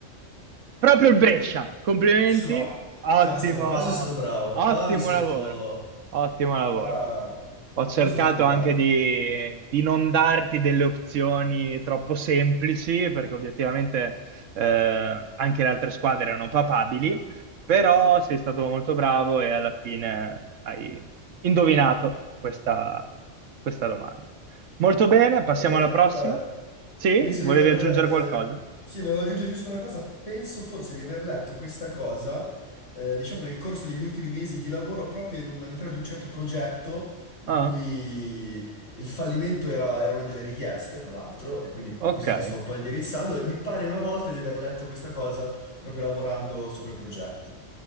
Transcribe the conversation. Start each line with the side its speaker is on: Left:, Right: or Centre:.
Right: Proprio il Brescia, complimenti,
Left: No,
Right: ottimo,
Left: caspita, qua sono stato bravo.
Right: ottimo
Left: Qua mi sento...
Right: lavoro, ottimo lavoro.
Left: Qua,
Right: Ho
Left: qua
Right: cercato
Left: sono stato proprio bravo.
Right: anche di, di non darti delle opzioni troppo semplici, perché obiettivamente eh, anche le altre squadre erano papabili, però sei stato molto bravo e alla fine hai indovinato questa, questa domanda. Molto bene, passiamo
Left: Sai che,
Right: alla prossima.
Left: vabbè,
Right: Sì,
Left: penso
Right: volevi
Left: di aver...
Right: aggiungere qualcosa?
Left: ehm, sì, volevo aggiungere giusto una cosa. Penso forse di aver letto questa cosa, eh, diciamo, nel corso degli ultimi mesi di lavoro, proprio in un- all'interno di un certo progetto in
Right: Ah,
Left: cui il fallimento era, era una delle richieste, tra l'altro, e quindi così
Right: ok.
Left: ti sto un po' indirizzando, e mi pare una volta di aver letto questa cosa proprio lavorando su quel progetto.